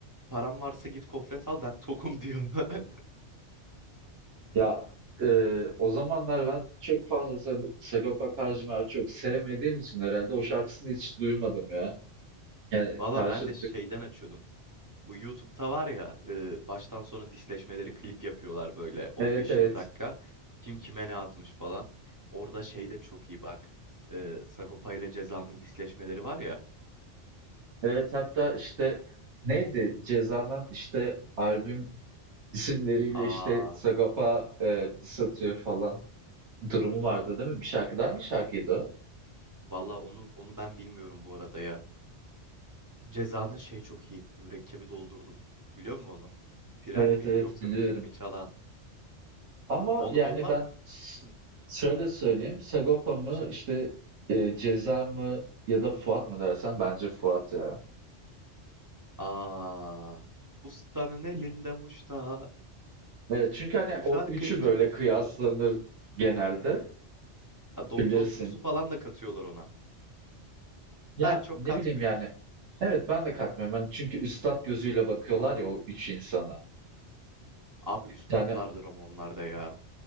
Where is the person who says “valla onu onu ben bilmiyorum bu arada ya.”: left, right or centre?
Right